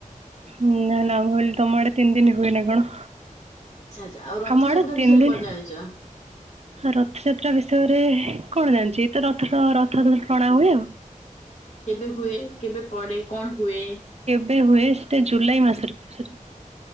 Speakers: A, on the right; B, on the left.
A: ହଁ ନା ନାଁ ମୁ ଭାବିଲି ତମଆଡେ ତିନ ଦିନି ହୁଏନା କଣ?
B: ଆଛା ଆଚ୍ଛା ଆଉ ରଥଯାତ୍ରା
A: ଆମ ଆଡେ ତିନି
B: ବିଷୟରେ
A: ଦିନ।
B: କଣ ଜାଣିଛ?
A: ରଥଯାତ୍ରା ବିଷୟରେ କଣ ଜାଣିଛି ତ ରଥର ରଥଟଣା ହୁଏ।
B: କେବେ ହୁଏ କେବେ ପଡ଼େ କଣ ହୁଏ?
A: ଏବେ ହୁଏ ସେଇଟା ଜୁଲାଇ ମାସରେ